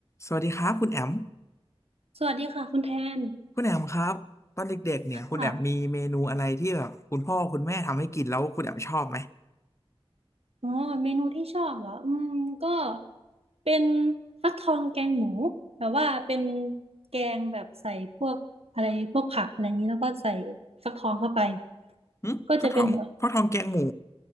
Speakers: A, on the left; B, on the right.
A: สวัสดีครับคุณแอม
B: สวัสดีค่ะคุณแทน
A: คุณแอมครับตอนเด็กๆเนี่ยคุณแอมมีเมนูอะไรที่แบบคุณพ่อคุณแม่ทำให้กินแล้วคุณแอมชอบไหม
B: ค่ะอ๋อเมนูที่ชอบเหรออืมก็เป็นฟักทองแกงหมูแบบว่าเป็นแกงแบบใส่พวกอะไรพวกผักอะไรอย่างนี้แล้วก็ใส่ฟักทองเข้าไป
A: หึฟักทองฟักทองแกงหมู
B: ก็จะเป็นแบบ